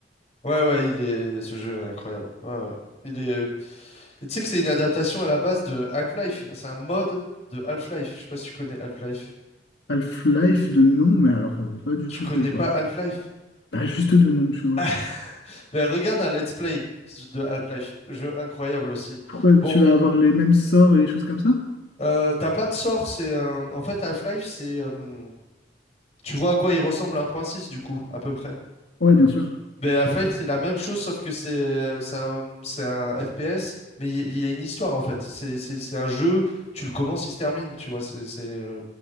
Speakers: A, on the left; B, on the left.
A: Ouais, ouais, il est... ce jeu est incroyable. Ouais, ouais. Il est... Et tu sais que c'est une adaptation à la base de Half-Life. C'est un mode de Half-Life. Je sais pas si tu connais Half-Life.
B: Half-Life de nom, mais alors, euh, pas du
A: Tu
B: tout
A: connais
B: joué, quoi.
A: pas Half-Life?
B: Bah, juste deux noms, tu vois.
A: <laughs> Ben, regarde un let's play de Half-Life. Jeu incroyable aussi.
B: Pourquoi tu
A: Bon,
B: vas avoir les mêmes sorts et les choses comme ça?
A: euh, t'as pas de sort. C'est un... En fait, Half-Life, c'est... euh, Tu vois à quoi il ressemble un point six du coup, à peu près.
B: Ouais, bien sûr.
A: Ben, Half-Life, c'est la même chose, sauf que c'est c'est un, c'est un FPS, mais il y, il y a une histoire en fait. C'est c'est- c'est un jeu, tu le commences, il se termine, tu vois. c'est c'est, euh,